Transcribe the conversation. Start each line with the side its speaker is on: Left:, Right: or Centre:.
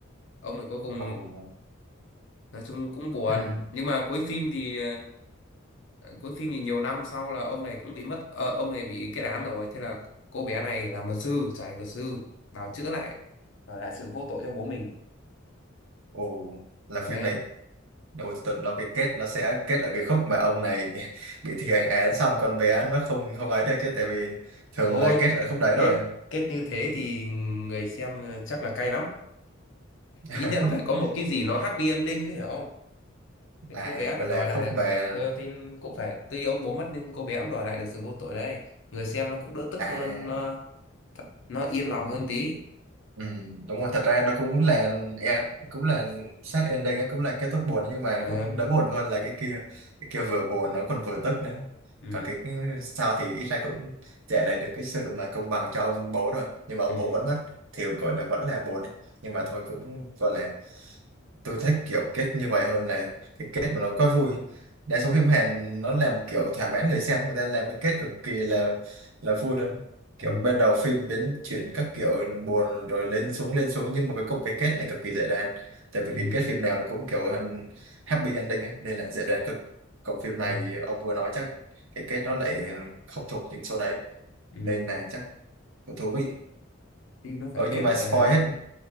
Left: ông này cuối cùng
Right: Ồ,
Left: nói chung cũng buồn
Right: ừ,
Left: nhưng mà cuối phim thì ờ, cuối phim thì nhiều năm sau là ông này cũng bị mất ờ, ông này bị kết án rồi thế là cô bé này làm luật sư trở thành luật sư vào chữa lại ờ, lại sự vô tội cho bố mình
Right: ồ, là
Left: đấy
Right: phim này, ôi tôi tưởng đâu cái kết nó sẽ kết ở cái khúc mà ông này <laughs> bị thi hành án xong con bé nó không không ấy được chứ, tại vì thường
Left: thôi
Right: là kết ở khúc đấy
Left: kết
Right: rồi.
Left: kết như thế thì người xem ờ, chắc là cay lắm
Right: <laughs>
Left: ít nhất nó phải có một cái gì nó happy ending chứ hiểu không cái
Right: À,
Left: cô bé phải
Right: vậy
Left: đòi
Right: là
Left: lại
Right: khúc
Left: được
Right: mà,
Left: sự ờ, thì cũng phải tuy ông bố mất nhưng cô bé cũng đòi lại được sự vô tội đấy người xem nó cũng đỡ tức
Right: à
Left: hơn nó nó yên lòng hơn tí
Right: Ừ, đúng rồi thật ra nó cũng là e- cũng là sad ending á, cũng là kết thúc buồn nhưng mà
Left: ờ
Right: cũng đỡ buồn hơn là cái kia cái kia vừa buồn nó còn vừa tức nữa
Left: ừ
Right: còn cái, cái sau thì ít ra cũng trả lại được cái sự mà công bằng cho ông bố rồi nhưng mà ông
Left: ừ
Right: bố vẫn mất thì gọi là vẫn là buồn ấy. nhưng mà thôi cũng gọi là tôi thích kiểu kết như vậy hơn là cái kết mà nó quá vui đa số phim Hàn nó làm kiểu thỏa mãn người xem người ta làm cái kết cực kỳ là là vui luôn kiểu
Left: ừ
Right: bên đầu phim biến chuyển các kiểu buồn rồi lên xuống lên xuống nhưng mà cuối cùng cái kết lại cực kỳ dễ đoán tại vì
Left: ừ
Right: cái kết phim nào nó cũng kiểu hơn happy ending ấy, nên là dễ đoán cực còn phim này
Left: ừ
Right: ông vừa nói chắc cái kết nó lại không thuộc những số đấy
Left: ừ
Right: nên là chắc cũng thú vị
Left: phim nó phải
Right: ừ
Left: kết
Right: nhưng mà
Left: là
Right: spoil hết